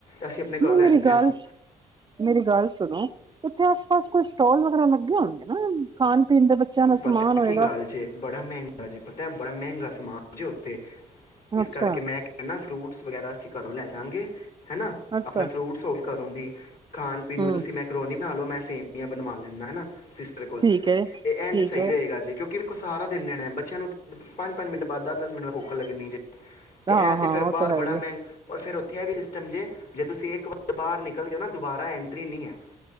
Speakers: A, on the left; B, on the right.
A: ਅਸੀਂ ਆਪਣੇ ਘਰੋਂ
B: ਨਹੀਂ
A: ਲੈ
B: ਮੇਰੀ
A: ਜੰਨੇ
B: ਗੱਲ
A: ਹਾਂ
B: ਸੁ ਮੇਰੀ ਗੱਲ ਸੁ ਸੁਣੋ ਉੱਥੇ ਆਸ ਪਾਸ ਕੋਈ ਸਟੋਲ ਵਗੈਰਾ ਲੱਗੇ ਹੋਣਗੇ ਨਾ। ਖਾਣ ਪੀਣ ਦੇ ਬੱਚਿਆਂ ਦਾ
A: ਪਤਾ
B: ਸਮਾਨ ਹੋਏਗਾ
A: ਕੀ ਗੱਲ ਜੇ ਬੜਾ ਮਹਿੰਗਾ ਜੇ ਪਤਾ ਬੜਾ ਮਹਿੰਗਾ ਸਮਾਨ ਜੇ ਉੱਥੇ। ਇਸ
B: ਅੱਛਾ,
A: ਕਰਕੇ ਮੈਂ ਕਹਿਣਾ ਫਰੂਟ ਵਗੈਰਾ ਅਸੀਂ ਘਰੋਂ ਲੈ ਜਾਂਗੇ। ਹੈਨਾ
B: ਅੱਛਾ
A: ਆਪਣਾ ਫਰੂਟਸ ਹੋ ਗੇ ਘਰੋਂ ਦੀ ਖਾਣ-ਪੀਣ
B: ਹੂੰ
A: ਵੀ ਤੁਸੀਂ ਮੇਕਰੋਨੀ ਬਣਾ ਲੋ ਮੈਂ ਸੇਵੀਆਂ ਬਣਵਾ ਲੈਂਦਾ ਹੈਨਾ। ਸਿਸਟਰ ਕੋਲ।
B: ਠੀਕ ਹੈ
A: ਇਹ ਇਂਝ
B: ਠੀਕ
A: ਸਹੀ
B: ਹੈ
A: ਰਹੇਗਾ ਜੇ ਕਿਉਂ ਕਿ ਕੁ ਸਾਰਾ ਦਿਨ ਰਹਿਣਾ ਬੱਚਿਆਂ ਨੂੰ ਪੰਜ-ਪੰਜ ਮਿੰਟ ਬਾਅਦ ਦਸ-ਦਸ ਮਿੰਟ ਭੁੱਖ ਲੱਗਣੀ ਜੇ। ਤੇ
B: ਹਾਂ
A: ਐਂ
B: ਹਾਂ
A: ਤੇ ਫਿਰ
B: ਉਹ
A: ਬਾਹਰ
B: ਤਾਂ ਹੈ
A: ਬੜਾ
B: ਹੀ
A: ਮਹਿੰਗ
B: ਹੈ
A: ਔਰ ਫਿਰ ਉਥ ਇਹ ਵੀ ਸਿਸਟਮ ਜੇ, ਜੇ ਤੁਸੀਂ ਇੱਕ ਵਾਰ ਬਾਹਰ ਨਿਕਲ ਗਏ ਨਾ ਦੁਬਾਰਾ ਐਂਟਰੀ ਨਹੀਂ ਹੈ।